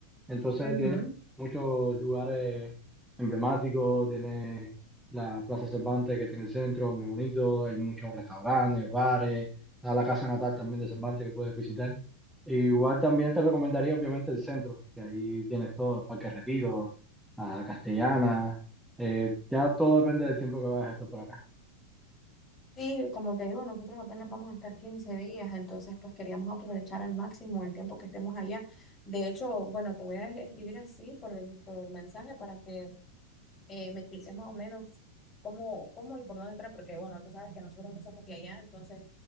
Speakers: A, in the centre; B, on the left.
A: entonces
B: ujú.
A: tiene muchos lugares emblemáticos, tiene la Plaza Cervantes que tiene el centro, muy bonito, hay muchos restaurantes, bares, está la casa natal también de Cervantes que puedes visitar. Igual también te recomendaría obviamente el centro, que ahí tienes todo, el Parque Retiro, la Castellana, eh, ya todo depende del tiempo que vayas a estar por acá.
B: Sí, como te digo, nosotros apenas vamos a estar 15 días, entonces pues queríamos aprovechar al máximo el tiempo que estemos allá. De hecho, bueno, te voy a escribir así por el, por el mensaje para que eh, me expliques más o menos cómo, cómo y por dónde entrar, porque bueno, tú sabes que nosotros empezamos aquí allá, entonces